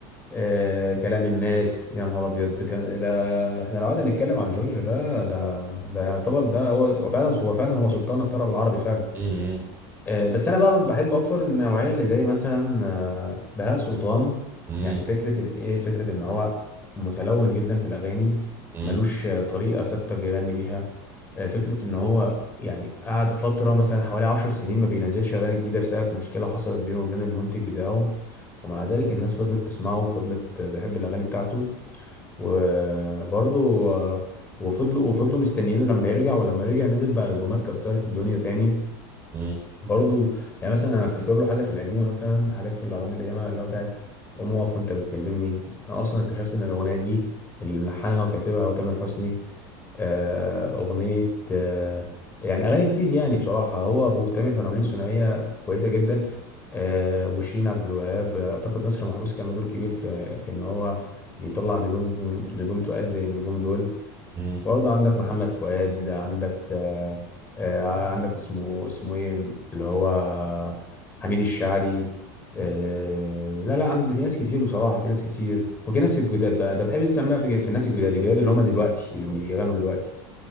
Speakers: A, on the left; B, on the right.
A: آه كلام الناس يا نهار أبيض كان- ده احنا لو قعدنا نتكلم عن جورج ده ده ده يعتبر ده هو هو فعلا هو فعلا هو سلطان الطرب العربي فعلا
B: مم.
A: آه، بس انا بقى بحب اكتر النوعيه اللي زي مثلا آه، بهاء سلطان
B: مم.
A: يعني فكره الايه فكره ان هو متلون جدا في الاغاني
B: مم.
A: ملوش آه، طريقه ثابته بيغني بيها آه، فكره ان هو يعني قعد فتره مثلا حوالي عشر سنين ما بينزلش اغاني جديده بسبب مشكله حصلت بينه وبين المنتج بتاعه ومع ذلك الناس فضلت تسمعه وفضلت تحب الاغاني بتاعته وبرضه آه، وفضلوا وفضلوا مستنيينه لما يرجع ولما رجع نزل بقى البومات كسرت الدنيا تاني
B: مم.
A: برضو يعني مثلا انا افتكر له حاجه في القديمه مثلا حاجات في الاغاني القديمه اللي هو بتاعت قوم اقف وانت بتكلمني انا اصلا اكتشفت ان الاغنيه دي اللي ملحنها وكاتبها هو تامر حسني آه، اغنيه آه، يعني اغاني كتير يعني بصراحه هو ابو تامر كانوا عاملين ثنائيه كويسه جدا آه، وشيرين عبد الوهاب اعتقد نصر محروس كان له دور كبير في في ان هو يطلع نجوم نجوم تقال زي النجوم دول
B: مم.
A: برضه عندك محمد فؤاد عندك آه، آه، عندك اسمه اسمه ايه اللي هو حميد الشاعري آه، لا لا عند في ناس كتير بصراحة في ناس كتير وفي ناس في الجداد بقى انت بتحب تسمع بقى في في الناس الجداد الجداد اللي هم دلوقتي اللي بيغنوا دلوقتي